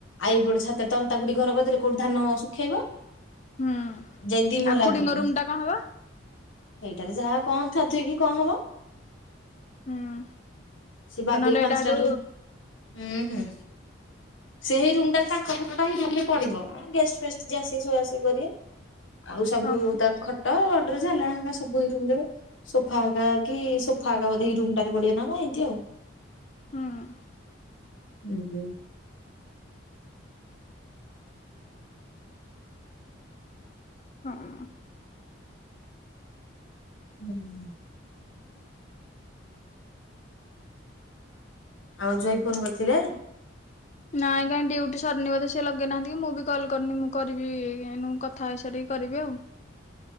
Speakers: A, on the left; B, on the left.
A: ଆଇ ଏଇ ପଟେ ଛାତରେ ଏନ୍ତା ଖୁଡି ଘର କରିଦେଲେ କୋଉ ପଟେ ଧାନ ଶୁଖେଇବ?
B: ହୁଁ।
A: ସେ ଦି
B: ଆଉ
A: ମହଲା
B: ଖୁଡିଙ୍କ
A: ଉପରେ।
B: ରୁମ୍ ଟା କଣ ହବ?
A: ସେଟରେ ଯାହା କଣ ଥାଦୁୋଇ କି କଣ ହବ?
B: ହୁଁ
A: ସେ ବାଗେଇି
B: ନହେଲେ
A: ପାଞ୍ଚଟାରୁ
B: ଏଇଟା ହେଠୁ
A: ହୁଁ ହୁଁ। ସେଇ ରୁମ ଟାରେ ତାଙ୍କ ଖଟ ଟା ହିଁ ରୁମ ରେ ପଡିବ ଗେଷ୍ଟ ଫେଷ୍ଟ ଯ ଆସିକି ସଇାସୁଇ କରିବେ। ଆଉ ସବୁ
B: ହଁ ମ
A: ତାଙ୍କ ଖଟ ଗଦେଜ୍, ଏଲେନା ହେରିକା ସବୁ ସବୁ ଏ ରୁମ୍ ରେ ସୋଫା ଆଗା କି ସୋଫା ଆଗା ବଧେ ରୁମ ଟାରେ ପଡିବ ନା କନ ଅମିତି।
B: ହୁଁ।
A: ହୁଁ ହୁଁ।
B: ହଁଁହଁ।
A: ହୁଁ। ଆଉ ଜଇଁ ଫୋନ୍ କରିଥିଲେ।
B: ନାଇଁ କାଇହିଁ ଡ୍ୟୁଟି ସରିନି ବୋଧେ? ସେ ଲଗେଇନାହାନ୍ତି କି ମୁଁ ବି କଲ୍ କରିନି ମୁଁ କରିବି କଥା ହେଇସାରିକି କରିବି ଆଉ।